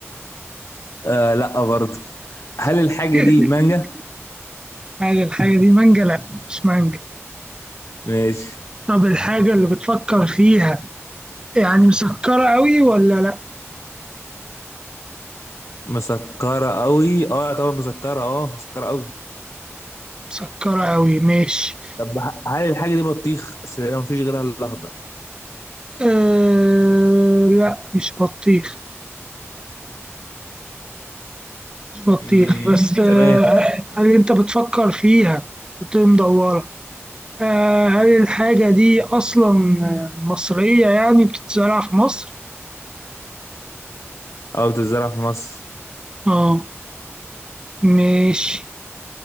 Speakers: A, on the left; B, on the right.
A: آه لا برضه هل الحاجة
B: <laughs>
A: دي مانجا؟
B: هل الحاجة دي مانجا؟ لأ مش مانجا
A: ماشي
B: طب الحاجة اللي بتفكر فيها يعني مسكرة أوي ولا لأ؟
A: مسكرة قوي اه طبعا مسكرة اه مسكرة قوي
B: مسكرة أوي ماشي
A: طب هل الحاجة دي بطيخ اصل ما فيش غيرها الا الاخضر
B: أه لا مش بطيخ مش بطيخ
A: امم
B: بس أه
A: تمام
B: هل أنت بتفكر فيها وتقوم مدورة أه هل الحاجة دي أصلا آه، مصرية يعني بتتزرع في مصر؟
A: اه بتتزرع في مصر
B: اه ماشي